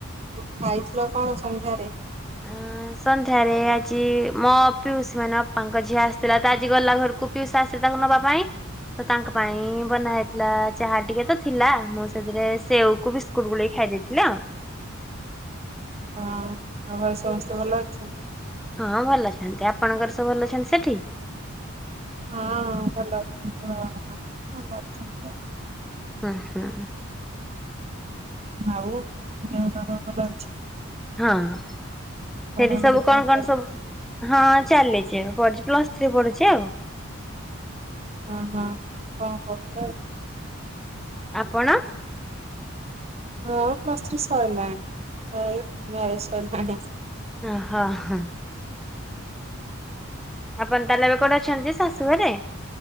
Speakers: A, on the right (about 30°); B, in the centre.
A: ଉ ଖାଇଥିଲ କଣ ସନ୍ଧ୍ୟାରେ?
B: ଅ ସନ୍ଧ୍ୟାରେ ଆଜି ମୋ ପିଉସୀ ମାନେ ଅପାଙ୍କ ଝିଅ ଆସିଥିଲା ତ ଆଜି ଗଲା ଘରକୁ। ପିଇସା ଆସି ତାକୁ ନବା ପାଇଁ। ତ ତାଙ୍କ ପାଇଁ ବନା ହେଇଥିଲା ଚାହା ଟିକେ ତ ଥିଲା ମୁଁ ସେଥିରେ ସେଓକୁ ବିସ୍ ବିସ୍କୁଟ ଗୁଳେଇ ଖାଇ ଦେଇଥିଲା ଆଉ।
A: ଓହୋ, ଆଉ ଘରେ ସମସ୍ତେ ଭଲ ଅଛନ୍ତି?
B: ହଁ ଭଲ ଅଛନ୍ତି। ଆପଣଙ୍କର ସବୁ ଭଲ ଅଛନ୍ତି ସେଠି?
A: ହଁ ଭଲ ଅଛନ୍ତି ହଁ ଭଲ ଅଛନ୍ତି।
B: ଉଁ ହୁଁ।
A: ଆଉ ଦେହ ପା ସବୁ ଭଲ ଅଛି?
B: ହଁ ସେଠି
A: ପଢାପଢି
B: ସବୁ କଣ କଣ କହନି
A: ଚାଲିଛି?
B: ସବୁ ହଁ ଚାଲିଛି ଏ ପଢୁଛି ପ୍ଲସ୍ ଥ୍ରୀ ପଢୁଛି ଆଉ।
A: ହଁ ହଁ, କଣ କରୁଛ ଏବେ?
B: ଆପଣ?
A: ମୋର ପ୍ଲସ୍ ଥ୍ରି ଶଇଲାଣି। ଆଉ ମ୍ୟାରେଜ୍ ଶରିଲାଣି?
B: ହ ହଁ ହ। ଆପଣ ତାହେଲେ ଏବେ କୋଉଠି ଅଛନ୍ତି ଶାଶୁ ଘରେ?